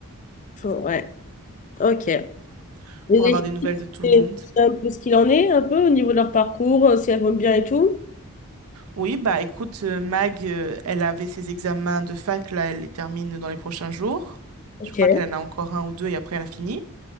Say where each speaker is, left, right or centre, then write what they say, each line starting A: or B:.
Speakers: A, on the left (about 35°); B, on the right (about 85°).
A: Ouais, ok. Et
B: Voilà.
A: les
B: Pour avoir des nouvelles
A: filles,
B: de tout le
A: c'est
B: monde.
A: c'est un peu ce qu'il en est, un peu au niveau de leur parcours, euh, si elles vont bien et tout.
B: Oui, bah écoute, euh, Mag, euh, elle avait ses examens de fac, là, elle les termine dans les prochains jours.
A: Ok,
B: Je crois qu'elle en a encore un ou deux et après elle a fini.